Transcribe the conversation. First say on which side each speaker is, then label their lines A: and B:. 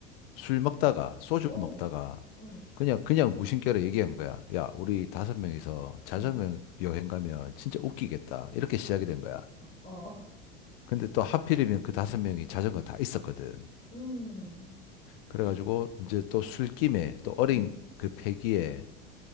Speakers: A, on the left; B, on the left.
A: 술 먹다가 소주
B: 어,
A: 먹다가
B: 응,
A: 그냥 그냥 무심결에 얘기한 거야. 야, 우리 다섯 명이서 자전거
B: 응,
A: 여행 가면 진짜 웃기겠다. 이렇게 시작이 된 거야.
B: 어,
A: 근데 또 하필이면 그 다섯 명이 자전거 다 있었거든.
B: 음,
A: 그래가지고 이제 또 술김에 또 어린
B: 음.
A: 그 패기에